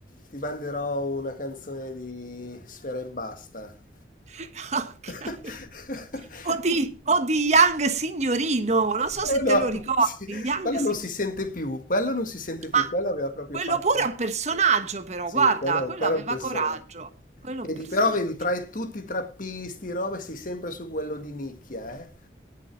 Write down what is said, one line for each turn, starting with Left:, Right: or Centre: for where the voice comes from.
Left: ti manderò una canzone di Sfera e Basta.
Right: <laughs> Ok.
Left: <laughs>
Right: O di, o di Young Signorino, non so
Left: Oh
Right: se
Left: no,
Right: te lo ricordi,
Left: sì,
Right: Young
Left: quello
Right: Signorino.
Left: non si sente più, quello non si sente più,
Right: Ma
Left: quello aveva proprio
Right: quello
Left: fatto...
Right: pure è un personaggio, però,
Left: Sì,
Right: guarda,
Left: quello,
Right: quello
Left: quello
Right: aveva
Left: è un personaggio.
Right: coraggio, quello
Left: Vedi,
Right: è un personaggio.
Left: però vedi, tra i- tutti i trappisti, robe, sei sempre su quello di nicchia, eh?